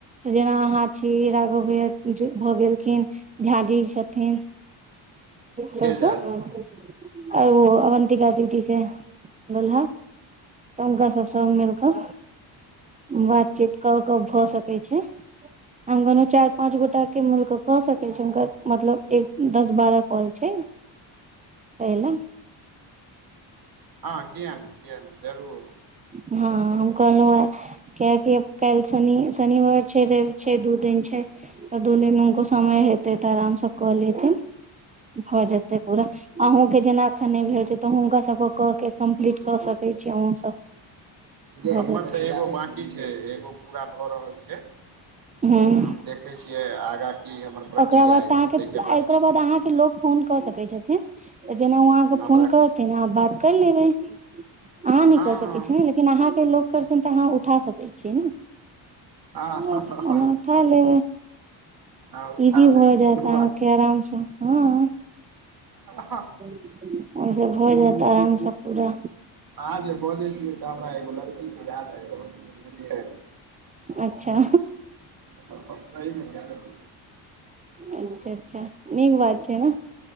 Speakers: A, on the right (about 20°); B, on the right (about 50°).
A: जेना अहाँ छी भऽ गेलखिन, झाजी छथिन। सबसं,
B: के जानी
A: आर ओ अवन्तिका दीदी त भेल हा तऽ हुनका सब सं मिल कऽ बातचीत कऽ क भऽ सकै छै, अंगनहु चारि पाँंच गोटा के मिलकऽ कऽ सकैत छै हुनकर मतलब एक दस बारह कॉल छै। तै ल।
B: हँ किया नै किया नै, जरूर।
A: हँ हम कोहलहुं ए कियाकि काल्हि शनि शनिवार छै रवि छै दू दिन छै। त दू दिन हुनको समय हेतै तऽ आराम से क लेब। भऽ जेतै पूरा, अहूँके जेना एखन नहि भेल छै तऽ हुनका सबके कऽ के कम्प्लीट कऽ सकै छी अहुँ सब। भऽ
B: हमर
A: जेतै
B: तऽ एगो बाकी छै एगो पूरा भऽ रहल छै।
A: हूँ।
B: तऽ हम देखै छियै आगाँ की हमर प्रक्रिया
A: ओकरा बाद
B: एतै
A: त अहाँके
B: ताहिके
A: ओकरा बाद अहाँके लोक फोन कऽ सकै छथिन। तऽ जेना ओ अहाँके
B: हमरा
A: फोन करथिन अहां बात कर लेबै अहाँ नै
B: हँ
A: क सकैत छी ने। लेकिन अहाँके लोक करथिन तऽ अहाँ उठा सकै छियै ने,
B: हँ
A: बस
B: हँ
A: ओना हलो,
B: हँ उठा
A: इजी
B: लेबै
A: भऽ जायत
B: कोनो
A: अहाँके
B: बात
A: आराम से, हँ।
B: हँ।
A: ओइ से भऽ जायत आराम सँ पूरा।
B: आहाँ जे बजै छियै तऽ हमरा एगो लड़की के याद आबि रहल अछि। बुझलियै।
A: अच्छा
B: हं सही मे कहलहुं।
A: अच्छा अच्छा नीक बात छै ने